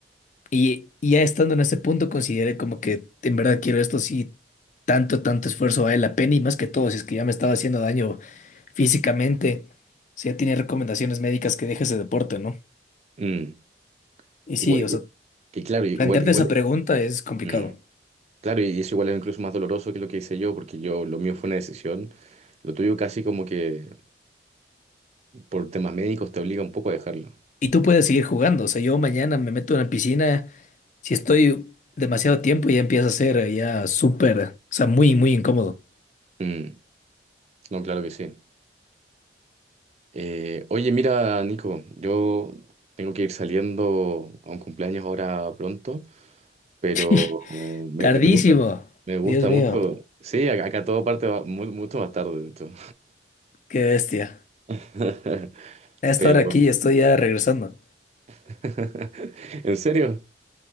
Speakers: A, on the left; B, on the right.
A: Y, y ya estando en ese punto, consideré como que en verdad quiero esto, sí, tanto, tanto esfuerzo vale la pena y más que todo, si es que ya me estaba haciendo daño físicamente, si ya tiene recomendaciones médicas que deje ese deporte, ¿no?
B: mm,
A: Y
B: que
A: sí,
B: igual,
A: o sea,
B: que claro, igual,
A: plantearte
B: igual,
A: esa pregunta es complicado.
B: mm, claro, y eso igual es incluso más doloroso que lo que hice yo, porque yo, lo mío fue una decisión, lo tuyo casi como que por temas médicos te obliga un poco a dejarlo.
A: Y tú puedes seguir jugando, o sea, yo mañana me meto en la piscina, si estoy demasiado tiempo ya empieza a ser eh, ya súper, o sea, muy, muy incómodo.
B: Mm, no, claro que sí. Eh, oye, mira, Nico, yo tengo que ir saliendo a un cumpleaños ahora pronto. pero
A: <laughs>
B: mm, me,
A: Tardísimo.
B: me- me gusta, me gusta
A: Dios mío,
B: mucho. Sí, acá, acá todo parte va- mu- mucho más tarde, de hecho.
A: qué bestia.
B: <laughs>
A: A esta
B: Pero,
A: hora aquí estoy ya regresando.
B: <laughs> ¿en serio?